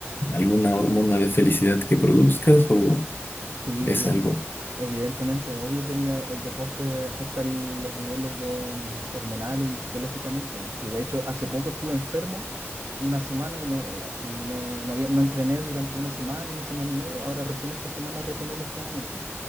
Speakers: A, on the left (about 50°); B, on the right (about 80°).
A: alguna hormona de felicidad que produzcas o...
B: Sí,
A: es
B: obvio.
A: algo
B: Evidentemente, obvio que el, el deporte afecta el- los niveles de, mm, hormonales y psicológicamente. ¿no? Sí, de hecho, hace poco estuve enfermo una semana y no, eh, y no, no había, no entrené durante una semana, una semana y media. Ahora recién esta semana retomé el entrenamiento.